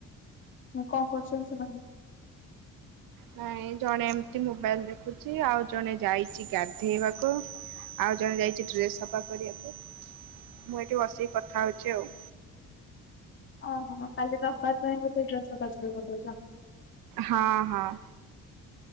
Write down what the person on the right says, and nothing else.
ନାଇଁ ଜଣେ ଏମିତି ମୋବାଇଲ ଦେଖୁଛି ଆଉ ଜଣେ ଯାଇଛି ଗାଧେଇବାକୁ। ଆଉ ଜଣେ ଯାଇଛି ଡ୍ରେସ ସଫା କରିବାକୁ ମୁଁ ଏଠି ବସିକି କଥା ହଉଛି ଆଉ।
ହଁ-ହଁ।